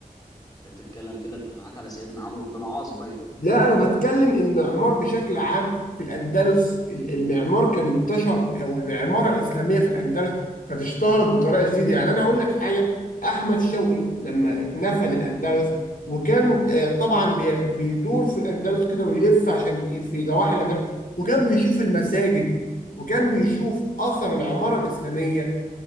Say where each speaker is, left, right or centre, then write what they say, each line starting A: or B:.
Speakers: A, on the left; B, on the left.
A: انت بتتكلم كده الفتوحات على سيدنا عمرو بن العاص بقى
B: لا انا بتكلم المعمار بشكل عام في الاندلس ال- المعمار كان انتشر او المعمارة الاسلامية في الاندلس كانت اشتهرت بطريقة جديدة يعني انا هقول لك حاجة احمد شوقي لما اتنفى للاندلس وكان آه، طبعا بي- بيدور في الاندلس كده ويلف عشان ي- في ضواحي الاندلس وكان بيشوف المساجد وكان بيشوف اثر العمارة الاسلامية